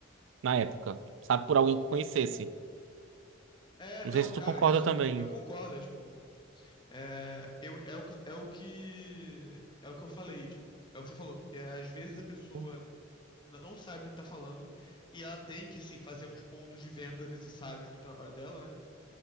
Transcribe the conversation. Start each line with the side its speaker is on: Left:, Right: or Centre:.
Right: na época, sabe? Por alguém que conhecesse.
Left: É, É,
Right: Não
Left: não,
Right: sei se
Left: cara,
Right: tu concorda
Left: isso
Right: também.
Left: eu concordo, é tipo, é, eu, é, o, que- é o que é o que eu falei, tipo, é o que você falou. É, às vezes a pessoa
Right: Uhum.
Left: n- não sabe do que tá falando, e ela tem que, sim fazer uns pontos de venda necessários do trabalho dela, né?